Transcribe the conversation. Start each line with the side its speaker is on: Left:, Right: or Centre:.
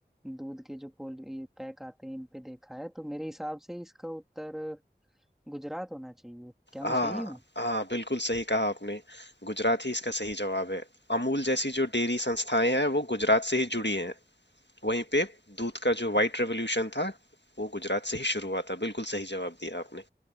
Centre: दूध के जो पोल ये पैक आते हैं इन पे देखा है तो मेरे हिसाब से इसका उत्तर गुजरात होना चाहिए क्या मैं
Left: हाँ
Centre: सही हूँ
Left: हाँ बिल्कुल सही कहा आपने गुजरात ही इसका सही जवाब है अमूल जैसी जो डेयरी संस्थाएं हैं वो गुजरात से ही जुड़ी हैं वहीं पे दूध का जो वाइट रेवोल्यूशन था वो गुजरात से ही शुरू हुआ था बिल्कुल सही जवाब दिया आपने